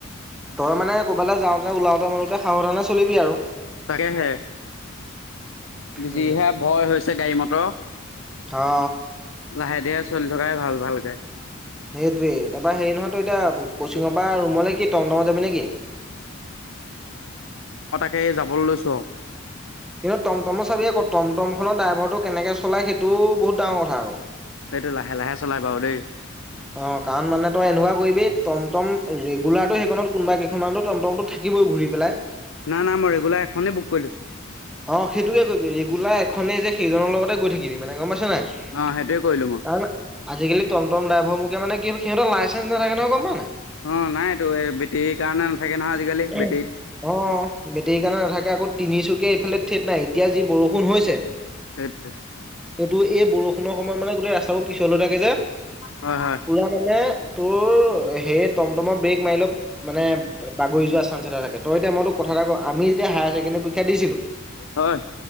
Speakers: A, in the centre; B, on the left.
A: তই মানে ক'বালে যাওঁতে, ওলাওতে-মেলোতে সাৱধানে চলিবি আৰু।
B: তাকেহে। বিজিহে
A: উম।
B: ভয় হৈছে গাড়ী মট
A: অ
B: লাহে -ধিহে চলি থকাই ভাল -ভালকে।
A: সেইটোয়ে তাপা হেৰি নহয় তই এতিয়া কচিঙৰ পৰা ৰুমলে কি টমটমত যাবি নেকি?
B: হে যাবলৈ লৈছো আৰু।
A: কিন্তু টমটমো চাবি আকৌ টমটম খনৰ ড্ৰাইভাৰটো কেনেকে চলাই সেইটোও বহুত ডাঙৰ কথা আকৌ।
B: সেইটো লাহে -লাহে চলাই বাৰু দেই।
A: অহ, কাৰণ মানে তই এনেকুৱা কৰিবি টমটম ৰেগুলাৰটো সেইখনত কোনোবা কেইখনমানতো টমটমতো থাকি কিবো ঘূৰি পেলাই
B: নাই- নাই মই ৰেগুলাৰ এখনে বুক কৰি লৈছো।
A: অহ, সেইটোকে কৰিবি ৰেগুলাৰ এখনে যে সেইজনৰ লগতে গৈ থাকিবি মানে গম পাইছ নাই?
B: অ
A: তাৰমানে
B: সেইটোৱে কৰিলো মই
A: আজিকালি টমটম ড্ৰাইভৰ মুকে মানে কি সিহতৰ লাইচেঞ্চ নাথাকে নহয় গম পাও নাই?
B: অহ, নাইটো এই বেটেৰীৰ কাৰণে নাথাকে নহয় আজিকালি
A: অহ,
B: বেটেৰীত
A: বেটৰীৰ কাৰণে নাথাকে আকৌ তিনিচুকীয়া ইফালে ঠিক নাই এতিয়া যি বৰষুণ হৈছে
B: সেইট
A: কটো এই বৰষুণৰ সময়ত মানে গোটেই ৰাস্তাবোৰ পিছল হৈ থাকে যে
B: হয় হয়
A: পুৰা মানে তোৰ সেই টমটমৰ ব্ৰেক মাৰি ল' মানে পৈযোৱা চানস এটা থাকে ত' এতিয়া মই তোক কথা এটা কওঁ আমি যেতিয়া হায় ছেকেণ্ডেৰী প ক্ষা দিছিলো
B: হয়